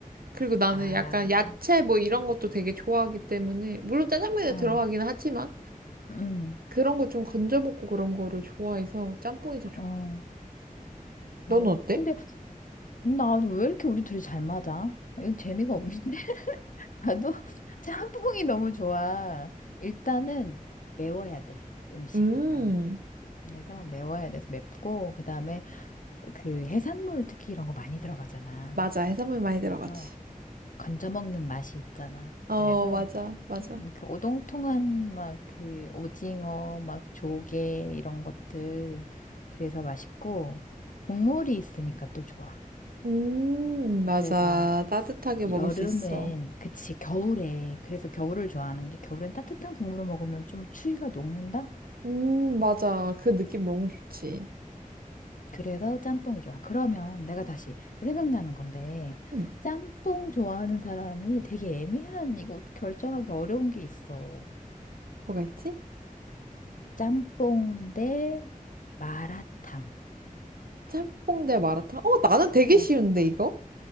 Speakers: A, on the right; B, on the left.
A: 그리고 나는
B: 아,
A: 약간 야채 뭐 이런 것도 되게 좋아하기 때문에 물론 짜장면에
B: 어,
A: 들어가긴 하지만
B: 응,
A: 그런 거 좀 건져 먹고 그런 거를 좋아해서 짬뽕이 더 좋아.
B: 어. 네.
A: 너는 어때?
B: 근데 나는 왜 이렇게 우리 둘이 잘 맞아? 아, 이건 재미가 없는데? <laughs> 나도 <laughs> 짬뽕이 너무 좋아. 일단은 매워야 돼, 음식이
A: 음,
B: 나는. 그래서 매워야 돼서 맵고 그다음에 그 해산물 특히 이런 거 많이 들어가잖아.
A: 맞아. 해산물 많이 들어가지.
B: 그래서 건져 먹는 맛이 있잖아.
A: 어,
B: 그래서
A: 맞아, 맞아.
B: 음, 그 오동통한 막 그 오징어 막 조개 이런 것들 그래서 맛있고 국물이 있으니까 또 좋아.
A: 음, 맞아.
B: 그래서
A: 따뜻하게
B: 여름엔
A: 먹을 수 있어.
B: 그치 겨울에 그래서 겨울을 좋아하는 게 겨울엔 따뜻한 국물을 먹으면 좀 추위가 녹는다?
A: 음, 맞아. 그 느낌 너무 좋지.
B: 그래서 짬뽕이 좋아. 그러면 내가 다시 생각나는 건데,
A: 음,
B: 짬뽕 좋아하는 사람이 되게 애매한, 이거 결정하기 어려운 게 있어.
A: 뭐가 있지?
B: 짬뽕 대 마라탕.
A: 짬뽕 대 마라탕? 어, 나는 되게
B: 어.
A: 쉬운데, 이거?